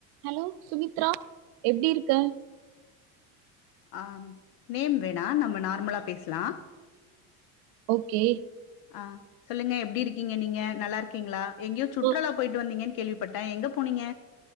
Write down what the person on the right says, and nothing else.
Hello Sumitra எப்டி இருக்க
ஓகே
ம்